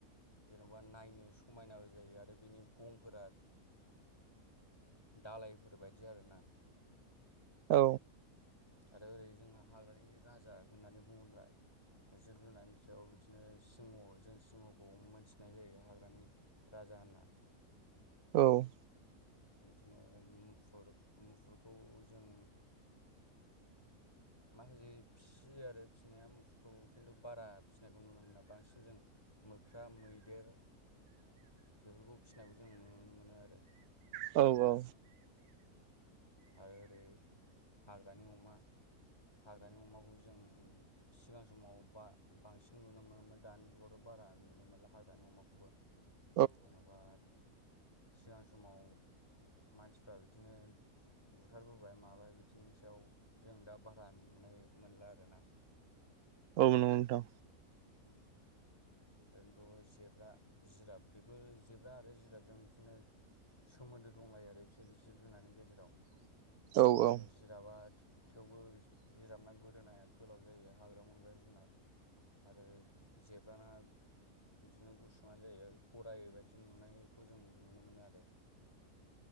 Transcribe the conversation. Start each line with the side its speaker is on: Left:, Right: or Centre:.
Left: जेन'बा नायनो समायनाबो जायो आरो बेनि गंफोरा दालायफोर बायदि आरोना।
Right: औ
Left: आरो ओरै जोंहा हाग्रानि राजा होननानै बुङोब्ला जिब जुनारनि सायाव बिदिनो सिंह' जों सिंह'खौ मोनथिनाय जायो हाग्रानि राजा होनना।
Right: औ
Left: बिदिनो मुफुर मुफुरखौ जों माखासे फिसियो आरो फिसिनाया मुफुरखौ खिन्थु बारा फिसिनायखौ नुनो मोना बांसिन जों मोख्रा मैदेर बेफोरखौ फिसिनायखौ जों नुनो मोनो आरो।
Right: औ औ
Left: आरो ओरै हाग्रानि अमा हाग्रानि अमाखौ जों सिगां समाव बा बांसिन नुनो मोनोमोन दानि जुगावथ' बारा नुनो मोनला हाग्रानि अमाखौबो
Right: <unintelligible>
Left: जेन'बा सिगां समाव मानसिफ्रा बिदिनो बुथारबोबाय माबाय बिदिनि सायाव जों दा बारा नुनाय मोनला आरोना।
Right: औ नंगौ नोंथां
Left: उम ओनथ' ज जिराब बेफोर जेब्रा आरो जिराबजों बिदिनो सोमोन्दो दंलायो आरो बिसोर जि जिब -जुनारनि गेजेराव
Right: औ
Left: बिदिनो
Right: औ
Left: जिराबा थेवबो बिस जिराबना गोदोनाया गोलाव जायो हाग्रायाव मोनग्रा जुनार आरो जेब्राना बिदिनो गुसुआनो जायो गराय बायदि नुनायखौ जों नुनो मोनो आरो।